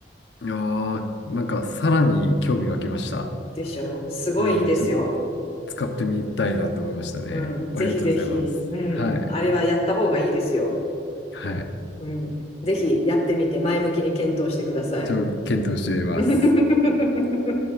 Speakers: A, on the left; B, on the left.
A: いやー、なんかさらに興味湧きました。
B: でしょすごいいいですよ。
A: うん。ちょっと使ってみたいなと思いましたね。
B: うん。
A: ありがとうございます。
B: ぜひぜひ。うん。
A: はい。
B: あれはやった方がいいですよ。
A: はい。
B: うん。ぜひやってみて前向きに検討してください。
A: ちょ、検討してみます。
B: <laughs>